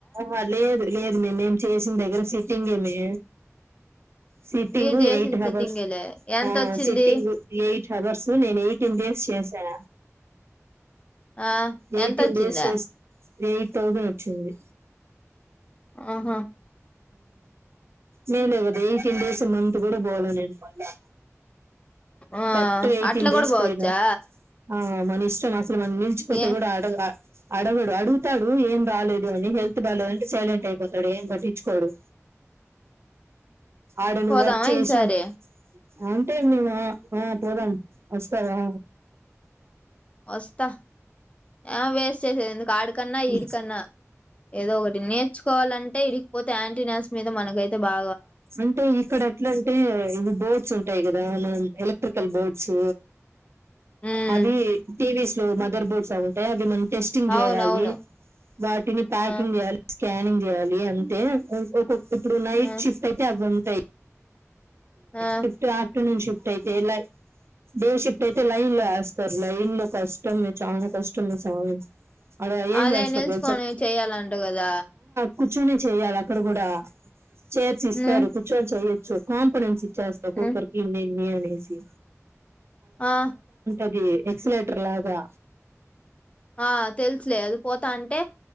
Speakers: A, on the right (about 55°); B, on the left (about 25°).
A: ఆా లేదు లేదు మేముేం చేసిన దగ్గర ఫిట్టింగే మే సిటింగ్
B: మీరు చేసిన
A: ఎయిట్ హవర్స్
B: సిట్టింగేలే ఎంత
A: ఆ
B: వచ్చింది
A: సిట్టింగ్ ఎయిట్ అవర్స్ నేను ఎయిటీన్ డేస్ చేసా
B: ఆ
A: ఎయిటీన్
B: ఎంత వచ్చిందా
A: డేస్ చే ఎయిట్ థౌజండ్ వచ్చింది
B: ఆహా
A: నేనువదకిన్ డేస్ మంత్ కూడా పోాల నేను మళ్ళా
B: ఆ
A: కరెక్ట్ గా ఎయిటీన్
B: అట్లా
A: డేస్
B: కూడా పోవచ్చా
A: పోయినా ఆ మన ఇష్టం అసలు మన నిలిచిపోతే
B: ఏ
A: కూడా అడగా అడవాడు అడుతాడు ఏం బాలేదు అని హెల్త్ బాగాలేదు అంటే సైలెంట్ అయిపోతాడు ఏం పట్టి ుకోడు ఆడను
B: పోదామా
A: వర్క్ చేసా
B: ఈసారి
A: అంటే మేము ఆ పోదాం వస్తావా
B: వస్తా ఏ వేస్ట్ చేసేది ఎందుకు ఆడకన్నా
A: ఉమ్."
B: ఈడికన్నా ఏదో ఒకటి నేర్చుకోవాలంటే ఇడిగిపోతే యాంటీనాస్ మీద మనకైతే బా
A: అంటే ఇక్కడ ఎట్లా అంటే ఇవి బోర్ట్స్ ఉంటాయి కదా మనం ఎలక్ట్రికల్ బోర్ట్ స్
B: ఉమ్
A: అవి టీవీస్ లో మదర్ బోర్డ్స్ అవీ ఉంటాయ అవి మన టెస్టింగ్ చేయాలి
B: అవునవును
A: వాటిని ప్యాకింగ్
B: ఆ
A: చేయాలి స్కానింగ్ చేయాలి అంతే ఒకొక్క ఇప్పుడు నైట్
B: ఆ
A: షిఫ్ట్ అయితే అవి ఉంటాయి
B: ఆ
A: షిఫ్ట్ ఆఫ్టర్నూన్ షిఫ్ట్ అయితే ఎలా డే షిఫ్ట్ అయితే లైన్ లో ఎస్తారు లైన్లొ కష్టం మే చనా కష్టం మే స్వామి అందులో ఏం
B: అదే
A: చేస్తారు
B: నిల్చుకొని
A: తెల్సా
B: చెయ్యాలంట కదా
A: కూర్చొని చెయ్యాలి అక్కడ కూడా చైర్స్ ఇస్తారు
B: హ్మ్
A: కూర్చొని చెయొచ్చు కాంపడెన్ట్స్ చేస్తా కుక్కర్
B: హ్మ్
A: కి ఇన్ని ఇన్ని అనేసి
B: ఆ
A: అది ఎక్స్ లేటర్ లాగా
B: ఆ తెలుసులే అది పోతాంటే